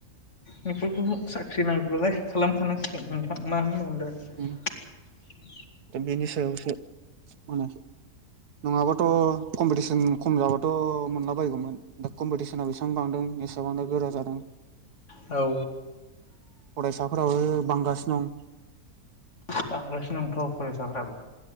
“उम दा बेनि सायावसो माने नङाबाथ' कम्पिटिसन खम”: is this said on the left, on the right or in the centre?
Right